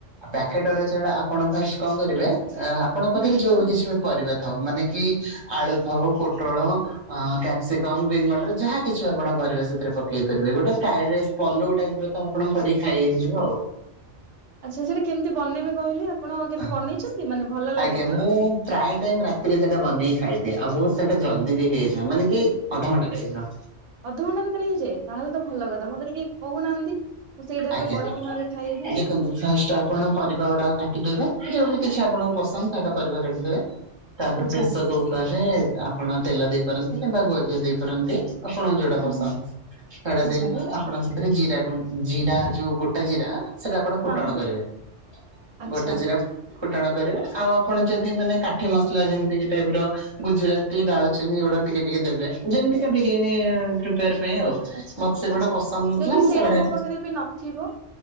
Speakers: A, on the right; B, on the right.
A: ପ୍ୟାକେଟର ଚାଉଳ ଆପଣ ଫାଷ୍ଟ କଣ କରିବେ ଆପଣଙ୍କ
B: ହୁଁ।
A: ପାଖରେ ଯୋଉ ବି କିଛି ପରିବା ଥାଉ ମାନେ କି ଆଳୁ ଥାଉ ପୋଟଳ ହ କ୍ୟାପସିକମ ଗ୍ରୀନ୍ ମଟର ଯାହା କିଛି ଆପଣ କରିବେ ସେଥିରେ ପକେଇ ପାରିବେ ଗୋଟେ ଫ୍ରାଇଡ ରାଇସ୍ ପଲଉ ଟାଇପିର ତ ଆପଣ କରିକି ଖାଇ ହେଇଯିବ ଆଉ।
B: ଆଚ୍ଛା ସେଇଟା କେମିତି ବନେଇବେ କହିଲେ ଆପଣ କେବେ
A: ଆଉ।
B: ବନେଇଛନ୍ତି ମାନେ ଭଲ ଲାଗେ
A: ଆଜ୍ଞା
B: ତ।
A: ମୁଁ ପ୍ରାୟ ଟାଇମ ରାତିରେ ସେଇଟା ବନେଇକି ଖାଇଦିଏ ଆଉ ବହୁତ ସେଇଟା ଜଲଦି ବି ହେଇଯାଏ ମାନେ କି ଅଧଘଣ୍ଖାଟାଇପର।
B: ଅଧଘଣ୍ଟା ଭିତରେ ହେଇଯାଏ ତାହେଲେ ତ ଭଲ କଥା ମୋତେ ଟିକିଏ କହୁନାହାନ୍ତି। ମୁଁ ସେଇ ଟାଇପର
A: ଆଜ୍ଞା।
B: କରିକି ନହେଲେ ଖାଇବି।
A: ଦେଖନ୍ତୁ ଫାଷ୍ଟଟା ଆପଣ ପରିବା ଗୁଡା କାଟିଦେବେ ଯୋଉ କିଛି ଆପଣଙ୍କୁ ପସନ୍ଦ ତାହେଲେ ପରିବା କାଟିଦେବେ। ତାପରେ
B: ଆଚ୍ଛା
A: ପ୍ରେସର କୁକର ରେ ଆପଣ ତେଲ ଦେଇପାରନ୍ତି କିମ୍ବା ଗୁଆଘିଆ ଦେଇ ପାରନ୍ତି। ଆପଣଙ୍କୁ ଯୋଉଟା
B: ହୁଁ
A: ପସନ୍ଦ
B: ହୁଁ
A: ସେଇଟା
B: ଆଚ୍ଛା
A: ଦେଇକି ଆପଣ ସେଥିରେ ଗୋଟା ଜିରା ଯୋଉ ଗୋଟା ଜିରା ସେଟା ଆପଣ
B: ହଁ
A: ଫୁଟୁଣ
B: ହଁ
A: କରିବେ।
B: ଆଚ୍ଛା।
A: ଗୋଟେ ଜିରା ଫୁଟଣ କରିବେ ଆଉ ଆପଣ ଯଦି ମାନେ କାଠି ମସଲା ଯେମିତି ଟାଇପ ର ଗୁଜୁରାତି ଡାଳଚିନି ଏ ଗୁଡା ଟିକେ ଟିକେ ଦେବେ ଯେମିତିକା ବିରିୟାନୀ ପ୍ରିପେୟାର ପାଇଁ ଆଉ।
B: ଆଚ୍ଛା
A: ମତେ ସେଗୁଡା
B: ଆଚ୍ଛା
A: ପସନ୍ଦ ନଥିଲା
B: ଯଦି
A: ମୁଁ
B: ସେଇଟା
A: ସେଗୁଡା
B: ମୋ ପାଖରେ ବି ନଥିବ